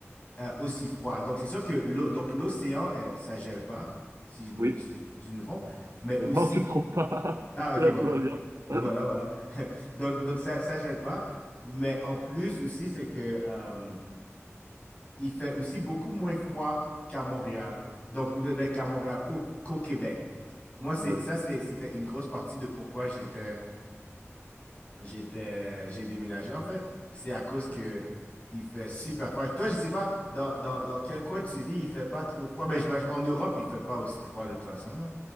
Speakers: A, on the left (about 25°); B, on the right (about 80°).
A: euh, aussi froid. Donc, c'est sûr que l'eau, donc l'océan, euh, ça gèle pas, si je me,
B: oui.
A: si, si je me trompe. Mais
B: Euh,
A: aussi,
B: Non, tu te trompes pas. <laughs>
A: ah,
B: Jusque-là,
A: ok, bon,
B: tout
A: bon.
B: va bien.
A: voilà,
B: <laughs>
A: voilà. <laughs> Donc, donc ça, ça gèle pas. Mais en plus aussi, c'est que euh, il fait aussi beaucoup moins froid qu'à Montréal. Donc, ben, ben, qu'à Montréal, au, qu'au Québec. Moi, c'est
B: Ouais.
A: ça, c'est- c'était une grosse partie de pourquoi j'étais j'étais, j'ai déménagé en fait, c'est à cause que
B: Ah.
A: il fait super froid. Toi, je sais pas dans, dans, dans quel coin tu vis, il fait pas trop froid. Ben, j'imagine en Europe, il fait pas aussi froid de toute façon là.